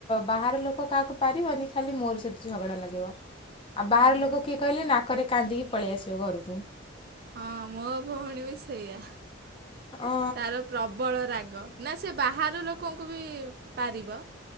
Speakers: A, on the left; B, on the right.
A: ବାହାର ଲୋକ କାହାକୁ ପାରିବନି ଖାଲି ମୋରି ସହିତ ଖାଲି ଝଗଡ଼ା ଲଗେଇବ। ଆଉ ବାହାର
B: ହଁ
A: ଲୋକ କିଏ କହିଲେ ନାକରେ କାନ୍ଦିକି ପଳେଇ ଆସିବ ଘରକୁ।
B: ହଁ ମୋ ଭଉଣୀ ବି ସେଇଆ
A: ଅ
B: ତାର ପ୍ରବଳ ରାଗ। ନା ସେ ବାହାର ଲୋକଙ୍କୁ ବି ପାରିବ।